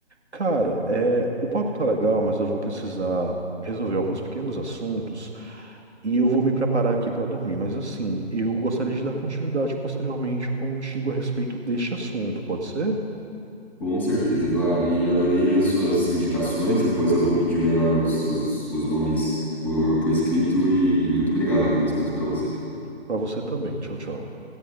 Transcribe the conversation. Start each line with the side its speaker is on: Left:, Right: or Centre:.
Right: Cara, é, o papo tá legal, mas eu vou precisar resolver alguns pequenos assuntos e eu vou me preparar aqui para dormir. Mas assim, eu gostaria de dar continuidade posteriormente contigo a respeito deste assunto, pode ser?
Centre: Com certeza, Eduardo. E adorei as suas indicações. Depois eu vou pedir melhor os, os, os nomes por, por escrito. E, e muito obrigado. Bom descanso pra você.
Right: Para você também. Tchau, tchau.